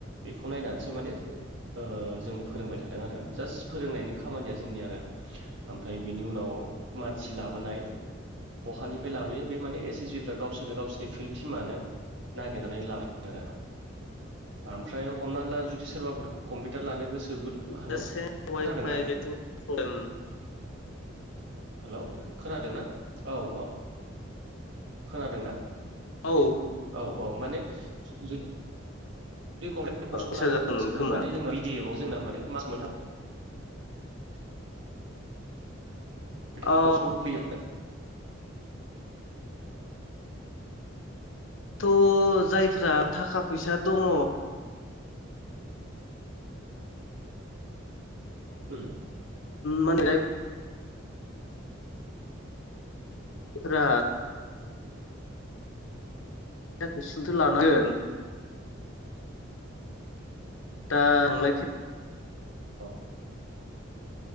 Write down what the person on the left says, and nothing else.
जासे अवाइपाय
<unintelligible>
औ।
फैसा
जादोंमोन
खोमा
अ
थ' जायफ्रा थाखा फैसा दङ।
माहोनो फ <unintelligible> थाखायै सुंथो लानांगोन दा थांलाय